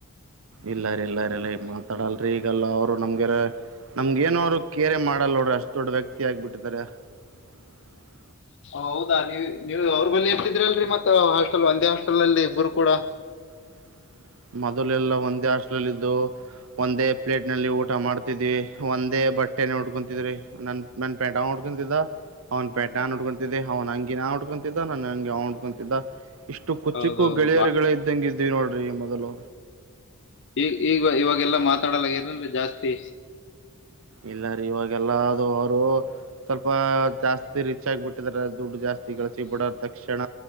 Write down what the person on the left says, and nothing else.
ಹೌದಾ ನೀವ ನೀವು ಅವ್ರರು ಬಳಿ ಇರ್ತಿದ್ರಿ ಅಲ್ರರಿ ಮತ್ತ ಹಾಸ್ಟೆಲ್ ಒಂದೇ ಹಾಸ್ಟೆಲ್ ಅಲ್ಲಿ ಇಬ್ಬರು ಕೂಡ
ಹೌದೌದು
ಈ ಈಗ ಇವಾಗೆಲ್ಲ ಮಾತಾಡಲ್ಲರನ್ೆ ಜಾಸ್ತಿ